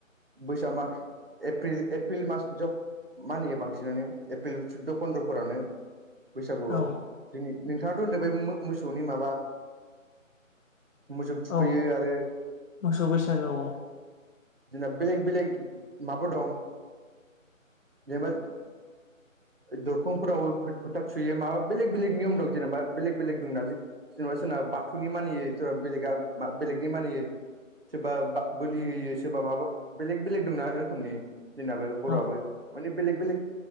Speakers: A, on the right; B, on the left.
A: बैसाग मा। एप्रिल एप्रिल मास्र बिदियाव मानियो बांसिनानो एप्रिल सुद्द' फन्द्र'फोरावनो। बैसागुआव
B: औ
A: जोंनि नोंथांङाथ' होनदों बे मोसौनि माबा। मोसौ थुखैयो
B: औ
A: आरो
B: मोसौ बैसागोआव
A: जोंना बेलेग बेलेग माबा दं जोबोद दरखंफोरावबो फोथा थुयो माबा बेलेग बेलेग नियम दं जेनेबा बेलेग बेलेग दंना। जेनेबा सोरनबा बाथौनि मानियै सोरबा बेलेगा बेलेगनि मानियै सोरबा बोलि होयो सोरबा माबा बेलेग बेलेग दंना रोखोमनि जोंनाबो बर'आबो
B: औ
A: माने बेलेग बेलेग